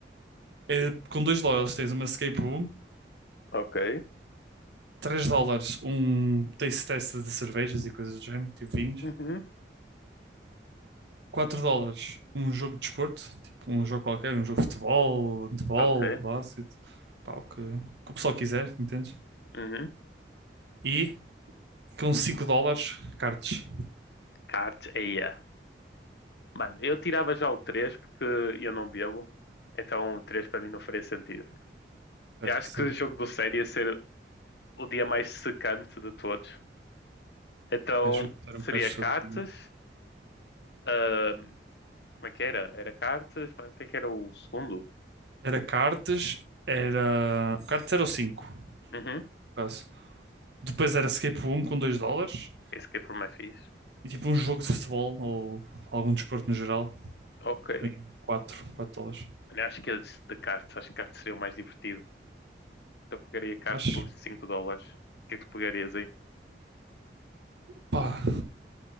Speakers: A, on the right; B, on the left.
A: Eh, com 2 dólares tens uma escape room.
B: Ok.
A: três dólares, um taste test de cervejas e coisas do género, tipo vinhos.
B: Uhum.
A: quatro dólares, um jogo de desporto, tipo um jogo qualquer, um jogo de futebol, handebol,
B: Ok.
A: basquete, pá, o que, o que o pessoal quiser, entendes?
B: Uhum.
A: E E com 5 dólares, cartes
B: Cards, yeah. Mano, eu tirava já o 3 porque eu não bebo. Então o 3 para mim não faria sentido.
A: Certo,
B: Eu acho
A: certo.
B: que o jogo do sério ia ser o dia mais secante de todos. Então
A: É, juro que
B: seria
A: era um bocado chato.
B: cartas. ahm, como é que era? Era cartas, mas o que é que era o segundo?
A: Era cartes era. Cartas era o 5, no
B: Uhum.
A: caso. Depois era escape room com 2 dólares.
B: Escape Room é por mais fixe.
A: E tipo um jogo de futebol ou algum desporto no geral
B: Ok.
A: em 4 4 dólares.
B: Olha, acho que é de, de cartas. Acho que cartas seria o mais divertido. Então pegaria cartas
A: Acho.
B: por 5 dólares. O que é que tu pegarias aí?
A: Pá.